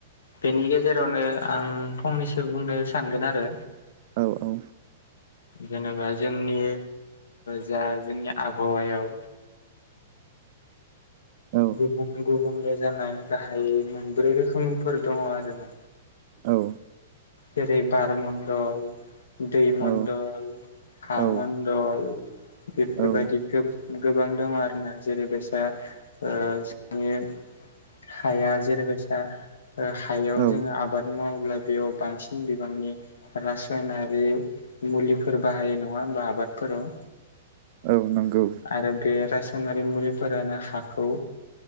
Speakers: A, on the left; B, on the right.
A: बेनि गेजेरावनो आं फंनैसो बुंनो सानगोन आरो
B: औ औ
A: जेनेबा जोंनि जा जोंनि आबहावायाव
B: औ
A: गुबुं गुबुंले जानाय गाहाय मोनब्रै रोखोमफोर दङ आरोना
B: औ
A: जेरै बार मण्डल दै मण्डल
B: औ
A: हा
B: औ
A: मण्डल बेफोरबादि
B: औ
A: गोब-गोबां दङ आरोना जेरै गोसा ओ जोंनि हाया जेरैबायसा हायाव
B: औ
A: जोङो आबाद मावोब्ला बेयाव बांसिन बिबांनि रासायनारि मुलिफोर बाहायो नङा होमबा आबादफोराव
B: औ नंगौ
A: आरो बे रासनारि मुलिफोरानो हाखौ